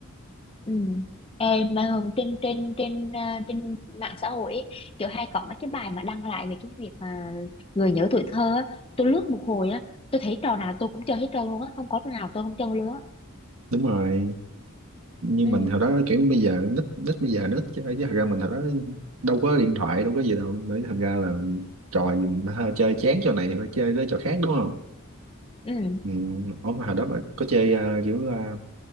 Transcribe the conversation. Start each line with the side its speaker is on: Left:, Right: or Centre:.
Left: Ừ. Ê, mà hôm trên trên trên à, trên mạng xã hội ấy, kiểu hay có mấy cái bài mà đăng lại về cái việc mà người nhớ tuổi thơ á, tôi lướt một hồi á tôi thấy trò nào tôi cũng chơi hết trơn luôn á không có trò nào tôi không chơi luôn á
Right: đúng rồi nhưng
Left: ừ.
Right: mình hồi đó kiểu bây giờ nít nít bây giờ nít chơi chứ thật ra mình hồi đó đâu có điện thoại đâu có gì đâu bởi thành ra là trò gì mà hơi chơi chán trò này thì phải chơi tới trò khác đúng không
Left: ừ
Right: ừ. ủa mà hồi đó bà có chơi à, kiểu à,